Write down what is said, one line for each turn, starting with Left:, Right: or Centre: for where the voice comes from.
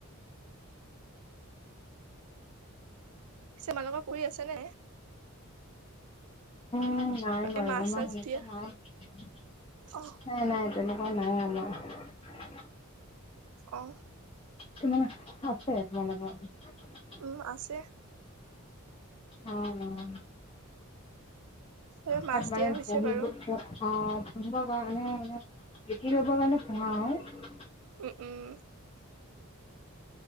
Right: পিছে <unintelligible> আছে নে
Left: উ নাই
Right: এ মাছ
Left: বাৰু
Right: চাছ দিয়া?
Left: আমাৰ হেনেকে নাই নাই
Right: অহ
Left: নাই তেনেকুৱা অ নাই আমাৰ
Right: অ
Left: <unintelligible> আছে তোমালোকৰ
Right: উ আছে
Left: অ অ
Right: এ মাছ
Left: তাত মান
Right: দিয়া হৈছে
Left: বহি
Right: বাৰু
Left: <unintelligible> অ পুহিব কাৰণে মানে বিকি কৰিব কাৰণে ভাল
Right: উম উম